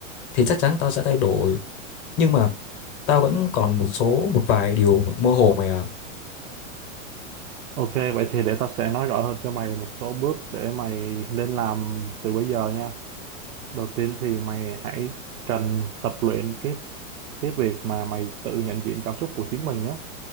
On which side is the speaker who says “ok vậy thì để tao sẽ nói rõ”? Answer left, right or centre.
Right